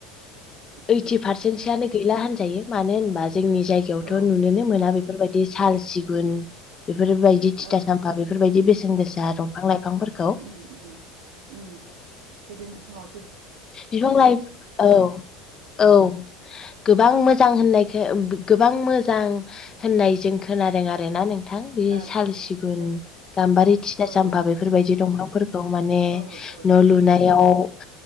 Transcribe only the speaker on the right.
उम
औ
औ
उम उम उम गोदोनि समाव
औ
ओ
औ
औ औ